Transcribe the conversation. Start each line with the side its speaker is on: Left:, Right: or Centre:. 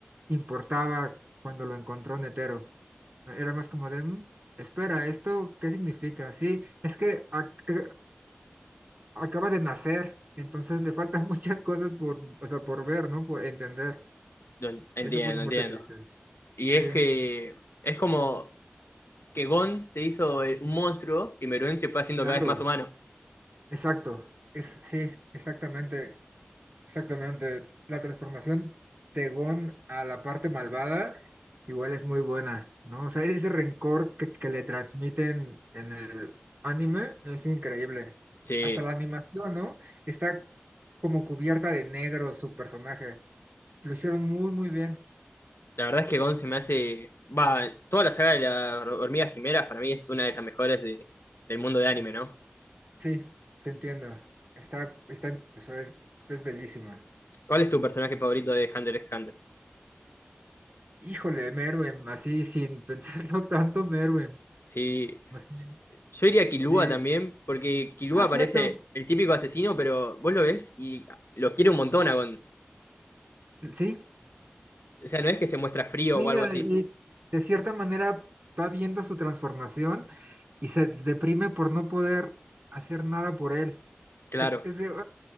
Right: importaba cuando lo encontró Netero. Era más como de, "Mm, espera, ¿esto qué significa? Sí, es que ac- acaba de nacer, entonces le faltan <laughs> muchas cosas por, o sea, por ver, ¿no? Por entender.
Left: lo en- entiendo,
Right: Esa fue una muerte
Left: entiendo.
Right: triste.
Left: Y
Right: Sí,
Left: es que es como que Gon se hizo eh, un monstruo y Meruem se fue haciendo
Right: claro,
Left: cada vez más humano.
Right: exacto. Es, sí, exactamente. Exactamente. La transformación Tegón a la parte malvada igual es muy buena, ¿no? O sea, ese rencor que, que le transmiten en el anime es increíble.
Left: Sí,
Right: Hasta la animación, ¿no? Está como cubierta de negro su personaje. Lo hicieron muy, muy bien.
Left: la verdad es que Gon se me hace... Va, toda la saga de las hormigas quimeras para mí es una de las mejores de- del mundo de anime, ¿no?
Right: Sí, te entiendo. Está, está, o sea, es, es bellísima.
Left: ¿Cuál es tu personaje favorito de Hunter x Hunter?
Right: Híjole, Merwin, así sin <laughs> pensarlo tanto, Merwin.
Left: Sí,
Right: Así,
Left: yo iría a Killua
Right: sí.
Left: también, porque Killua
Right: Ah, cierto.
Left: parece el típico asesino, pero vos lo ves y lo quiere un montón a Gon.
Right: Sí.
Left: O sea, no es que se muestra frío
Right: cuida
Left: o algo así,
Right: y de cierta manera va viendo su transformación y se deprime por no poder hacer nada por él.
Left: claro.
Right: Es, es de, "Ah,